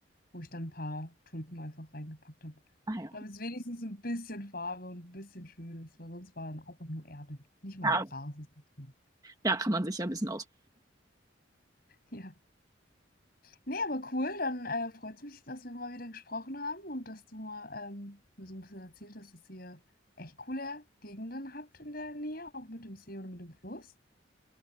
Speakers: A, on the left; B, on the right.
A: wo ich dann ein paar Tulpen einfach reingepackt habe.
B: Ah ja.
A: Damit es wenigstens ein bisschen Farbe und ein bisschen schön ist, weil sonst war dann auch nur Erde. Nicht mal
B: Ja,
A: Gras. Ist nicht drin.
B: Ja, kann man sich ja ein bisschen aus.
A: <laughs> ja. Nee, aber cool, dann äh, freut es mich, dass wir mal wieder gesprochen haben und dass du mal ähm, mir so ein bisschen erzählt hast, dass ihr echt coole Gegenden habt in der Nähe, auch mit dem See oder mit dem Fluss.